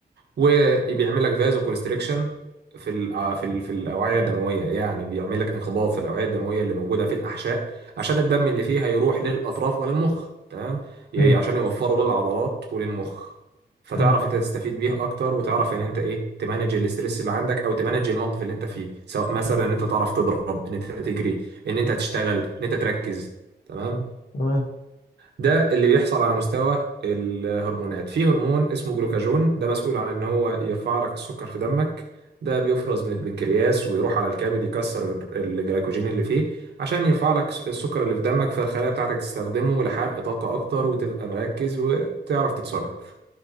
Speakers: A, on the right; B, on the left.
A: وبيعمل لك فازو كونستريكشن في ال- آه، في ال- في الاوعيه الدمويه يعني بيعمل لك انقباض في الاوعيه الدمويه اللي موجوده في الاحشاء عشان الدم اللي فيها يروح للاطراف ولا المخ تمام ي-
B: حلو
A: عشان يوفروا للعضلات وللمخ فتعرف
B: حلو
A: انت تستفيد بيه اكتر وتعرف ان انت ايه تمانج الاسترس اللي عندك او تمانج الموقف اللي انت فيه سواء مثلا ان انت تعرف تضرب ان انت تجري ان انت تشتغل ان انت تركز تمام
B: تمام
A: ده اللي بيحصل على مستوى الهرمونات في هرمون اسمه جلوكاجون ده مسؤول عن ان هو يرفع لك السكر في دمك ده بيفرز من البنكرياس ويروح على الكبد يكسر الجلايكوجين اللي فيه عشان يرفع لك السكر اللي في دمك فالخلايا بتاعتك تستخدمه لحرق طاقة اكتر وتبقى مركز وتعرف تتصرف